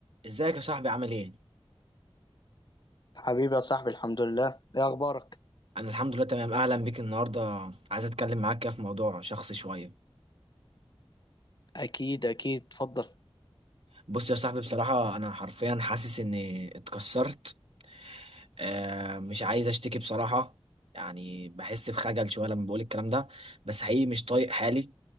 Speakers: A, on the right; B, on the left.
A: ازيك يا صاحبي عامل ايه؟
B: حبيبي يا صاحبي الحمد لله ايه اخبارك
A: انا الحمد لله تمام اهلا بيك النهارده عايز اتكلم معاك كده في موضوع شخصي شويه
B: اكيد اكيد اتفضل
A: بص يا صاحبي بصراحه انا حرفيا حاسس اني اتكسرت آه مش عايز اشتكي بصراحه يعني بحس بخجل شويه لما بقول الكلام ده بس حقيقي مش طايق حالي